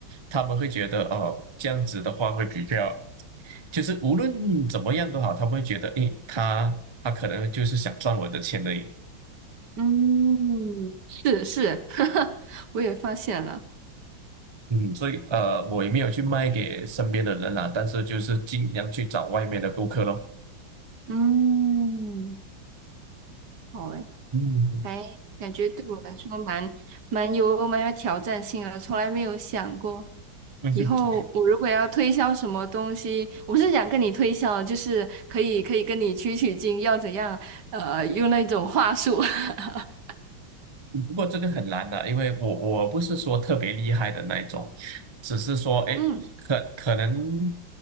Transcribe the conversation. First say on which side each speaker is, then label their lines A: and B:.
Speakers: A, on the right (about 30°); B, on the right (about 60°).
A: 他们会觉得，哦，这样子的话会比较，就是无论怎么样都好，他们会觉得，诶，他他可能就是想赚我的钱而已，
B: 嗯，是是，<laughs> 我也发现了。
A: 嗯，所以呃，我也没有去卖给身边的人啊，但是就是尽量去找外面的顾客咯。
B: 嗯，好诶，
A: 嗯
B: 还感觉对我来说蛮蛮有蛮有挑战性的，从来没有想过。
A: <laughs>
B: 以后我如果要推销什么东西，我不是想跟你推销，就是可以可以跟你取取经，要怎样？呃，用那种话术。<laughs>
A: 不过这个很难的，因为我我不是说特别厉害的那一种，只是说，哎，
B: 嗯，
A: 可可能，